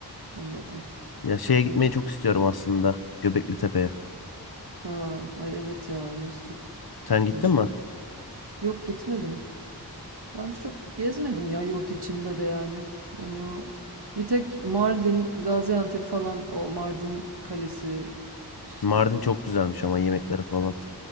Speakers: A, on the right; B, on the left.
A: anladım.
B: Ya şeye
A: Çok
B: gitmeyi çok istiyorum aslında. Göbekli Tepe'ye.
A: Ha, ay evet ya orası çok
B: Sen gittin
A: meşhur.
B: mi?
A: Yok gitmedim. Ben çok gezmedim ya yurt içinde de yani. Hani o bir tek Mardin, Gaziantep falan o Mardin Kalesi işte
B: Mardin çok güzelmiş ama yemekleri falan.
A: Evet.